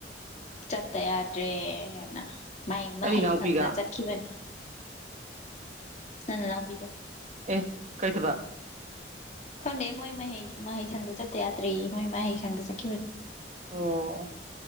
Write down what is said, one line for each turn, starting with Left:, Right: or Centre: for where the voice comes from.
Left: ꯆꯠꯇ ꯌꯥꯗ꯭ꯔꯦ ꯑꯅ ꯃꯥꯏ ꯃꯍꯩꯁꯪꯗ
Right: ꯑꯩ ꯏꯅꯥꯎꯄꯤꯒ
Left: ꯆꯠꯈꯤꯕꯅꯤ ꯅꯪ ꯅꯅꯥꯎꯄꯤꯗꯣ
Right: ꯑꯦ ꯀꯩ ꯊꯕꯛ
Left: ꯈꯪꯗꯦ ꯃꯣꯏ ꯃꯍꯩ ꯃꯍꯩꯁꯪꯗ ꯆꯠꯇ ꯌꯥꯗ꯭ꯔꯦ ꯃꯣꯏ ꯃꯍꯩꯁꯪꯗ ꯆꯠꯈꯤꯕꯅꯦ
Right: ꯑꯣ